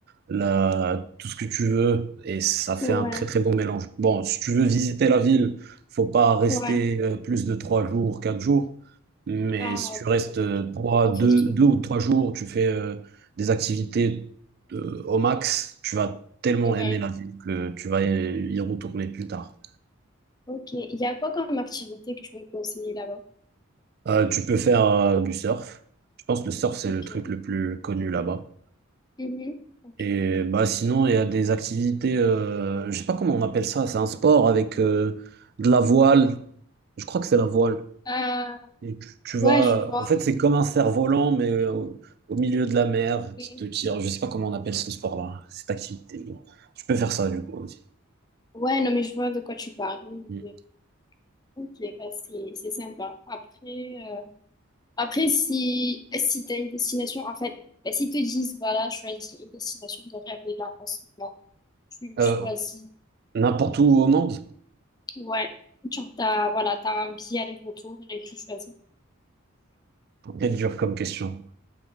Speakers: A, on the right; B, on the left.
A: la- tout ce que tu veux, et ça fait
B: Ouais.
A: un très très bon mélange. Bon, si tu veux visiter la ville, faut pas rester
B: Ouais.
A: euh, plus de trois jours, quatre jours, mais
B: Ah,
A: si tu restes
B: ok,
A: euh,
B: ok.
A: trois,
B: On fait
A: deux,
B: le tout.
A: deux ou trois jours, tu fais euh, des activités euh, au max, tu vas tellement
B: Ouais.
A: aimer la ville que tu vas y y retourner plus tard.
B: Ok. Il y a quoi comme activité que tu veux me conseiller là-bas?
A: Euh, tu peux faire euh, du surf. Je pense que le surf, c'est
B: Ok.
A: le truc le plus connu là-bas.
B: Mhm. Ok,
A: Et
B: ok.
A: bah sinon, il y a des activités, euh, je sais pas comment on appelle ça, c'est un sport avec euh, de la voile. Je crois que c'est la voile.
B: Euh,
A: Et tu, tu
B: ouais,
A: vas,
B: je vois.
A: en fait, c'est comme un cerf-volant, mais au, au milieu de la mer
B: Oui.
A: qui te tire. Je sais pas comment on appelle ce sport-là, cette activité. Je peux faire ça du coup aussi.
B: Ouais, non, mais je vois de quoi tu parles. Oui, oui,
A: Mm.
B: oui. Ok, bah c'est c'est sympa. Après, euh, après si, si tu as une destination, en fait, bah, s'ils te disent, voilà, choisis une destination de rêve et là, en ce moment, tu
A: Euh,
B: choisis.
A: n'importe où au monde?
B: Ouais, genre, t'as, voilà, t'as un billet aller-retour et tu choisis.
A: C'est dur comme question.